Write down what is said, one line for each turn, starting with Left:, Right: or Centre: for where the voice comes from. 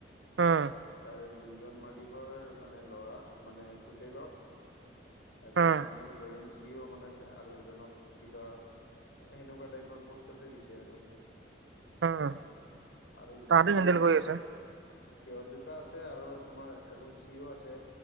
Right: উম
Left: তাৰে, দুজন মালিকৰ মানে লৰাক, মানে পুতেকক এজনক
Right: উম
Left: মানে, জই চিও বনাইছে আৰু এজনক কিবা, সেনেকুৱা টাইপৰ পষ্টতে দিছে আৰু
Right: উম
Left: আৰু যোনটো
Right: তাহাঁতে হেণ্ডেল কৰি আছে
Left: সিহত দুটা আছে, আৰু তোমাৰ এজন চি অ আছে